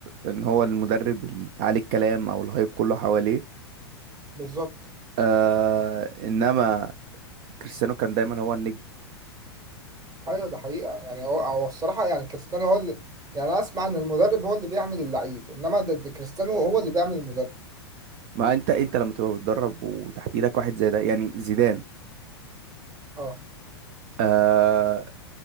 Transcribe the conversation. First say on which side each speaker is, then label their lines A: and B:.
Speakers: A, on the right; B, on the right.
A: ان هو المدرب اللي عليه الكلام او الهايب كله حواليه
B: بالظبط
A: آه انما كريستيانو كان دايما هو النجم
B: ايوه ده حقيقة يعني هو, هو الصراحة يعني كريستيانو هو اللي يعني انا اسمع ان المدرب هو اللي بيعمل اللعيب انما ده ده كريستيانو هو اللي بيعمل المدرب
A: ما انت انت لما تبقى بتدرب وتحت ايدك واحد زي ده يعني زيدان
B: اه
A: آه